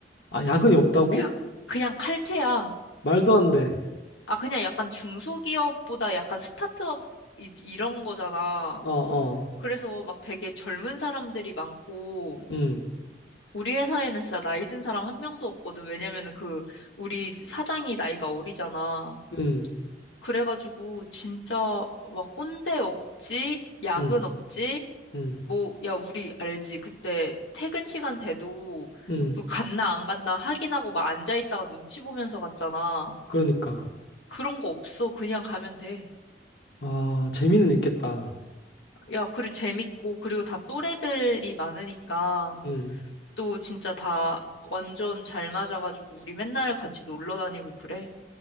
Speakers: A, on the left; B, on the left.
A: 아, 야근이 없다고?
B: 그냥, 그냥 칼퇴야.
A: 말도 안 돼.
B: 아, 그냥 약간 중소기업보다 약간 스타트업 이, 이런 거잖아.
A: 어, 어.
B: 그래서 막 되게 젊은 사람들이 많고,
A: 음.
B: 우리 회사에는 진짜 나이 든 사람 한 명도 없거든. 왜냐면은 그, 우리 사장이 나이가 어리잖아.
A: 음,
B: 그래가지고 진짜 막 꼰대 없지, 야근
A: 음,
B: 없지,
A: 음,
B: 뭐, 야, 우리 알지. 그때 퇴근 시간 돼도
A: 음.
B: 또 갔나 안 갔나 확인하고 막 앉아있다가 눈치 보면서 갔잖아.
A: 그러니까.
B: 그런 거 없어. 그냥 가면 돼.
A: 아, 재미는 있겠다.
B: 야, 그리고 재밌고, 그리고 다 또래들이 많으니까,
A: 음.
B: 또 진짜 다 완전 잘 맞아가지고, 우리 맨날 같이 놀러 다니고 그래.